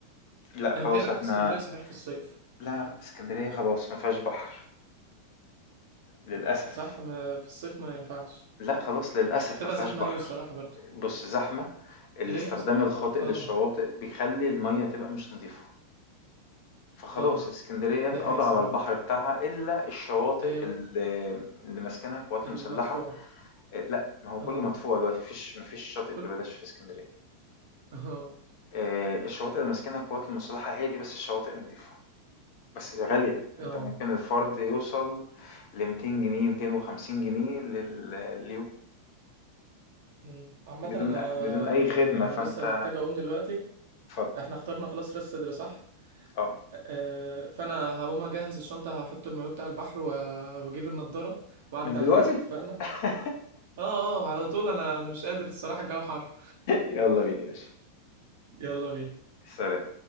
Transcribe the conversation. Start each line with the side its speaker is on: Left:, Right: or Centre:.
Left: لا
Right: انت
Left: خلاص
Right: ايه رايك
Left: احنا
Right: في اسكندريه صحيح في الصيف
Left: لا اسكندرية خلاص ما فيهاش بحر للأسف
Right: صح ما في الصيف ما ينفعش
Left: لا خلاص للأسف
Right: بتبقى
Left: ما فيهاش
Right: زحمه
Left: بحر
Right: قوي الصراحه برضو
Left: بص زحمة الاستخدام
Right: ليه اصلا
Left: الخاطئ
Right: اه
Left: للشواطئ بيخلي المية تبقى مش نظيفة فخلاص
Right: اه
Left: اسكندرية اتقضى
Right: دي حقيقة الصراحة
Left: على البحر بتاعها إلا الشواطئ
Right: هي
Left: اللي, اللي ماسكنها القوات
Right: المدفوعة
Left: المسلحة إيه، لا ما هو كله
Right: اه
Left: مدفوع دلوقتي مفيش مفيش شاطئ
Right: كل
Left: ببلاش في اسكندرية
Right: اه
Left: إيه، الشواطئ اللي ماسكنها القوات المسلحة هي دي بس الشواطئ النظيفة بس غالية
Right: اه
Left: أنت ممكن الفرد يوصل لميتين جنيه ميتين وخمسين جنيه لل- لليوم
Right: مم. عامة
Left: بدون
Right: انا
Left: بدون أي
Right: انا
Left: خدمة
Right: انا
Left: فأنت
Right: بس محتاج اقوم دلوقتي
Left: اتفضل
Right: احنا اخترنا خلاص راس صدر صح
Left: اه
Right: آه فانا هقوم اجهز الشنطة هحط المايو بتاع البحر و- واجيب النضارة واعدي
Left: من دلوقتي
Right: عليك اتفقنا
Left: <laughs>
Right: اه اه على طول انا انا مش قادر الصراحة الجو حر
Left: يلا بينا يا باشا
Right: يلا بينا
Left: سلام